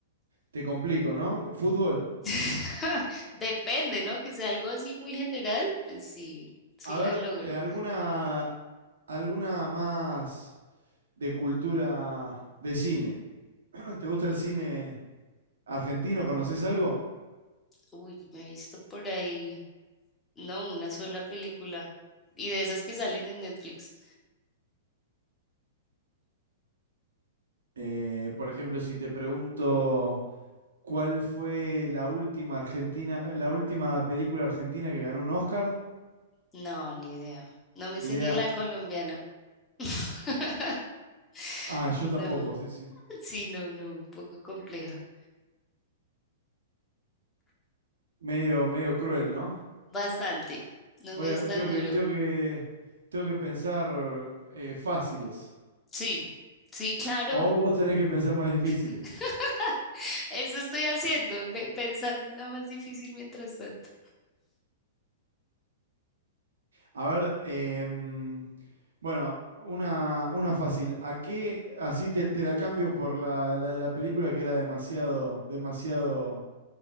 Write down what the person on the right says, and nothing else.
te complico, ¿no? De- Fútbol.
A
ver,
eh, alguna, alguna más de cultura de cine. <clears throat> ¿Te gusta el cine argentino? ¿Conoces algo?
Eh, por ejemplo, si te pregunto cuál fue la última Argentina, la última película argentina que ganó un Oscar.
Ni
idea.
Ah, yo
tampoco, sí, sí.
Medio, medio cruel, ¿no?
Voy
a-
tengo
que, tengo que, tengo que pensar eh, fáciles.
O vos tenés que pensar más difíciles.
A ver, em, bueno, una, una fácil. ¿A qué? Así te, te la cambio por la, la de la película que era demasiado, demasiado